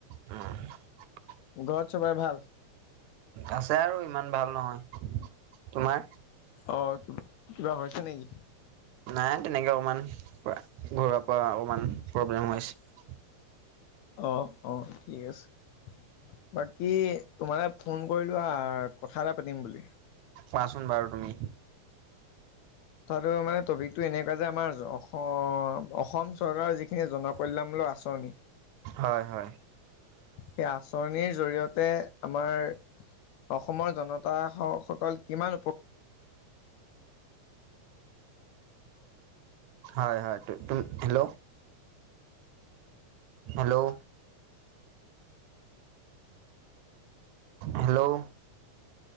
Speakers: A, on the right; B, on the left.
A: উম,
B: ঘৰত চবৰে ভাল।
A: আছে আৰু ইমান ভাল নহয় তোমাৰ?
B: অ কিবা হৈছে নেকি
A: নাই তেনেকে অকমান ঘৰুৱ পৰা অকমান প্ৰব্লেম হৈ হৈছে
B: অ অ ঠিক আছে বাকী তোমাৰে ফোন কৰিলোঁ হ কথা এটা পাতিম বুলি
A: কোৱাচোন বাৰু তুমি
B: তো মানে টপিকটো এনেকুৱা যে আমাৰ অসম অসম চৰকাৰৰ যিখিনি জনকল্যাণ মূলক আচৰনি
A: হয় হয়
B: সেই আঁচনিৰ জৰিয়তে আমাৰ অসমৰ জনতা সকল কিমান উপ
A: হয় হয় হেল্ল' হেল্ল' হেল্ল'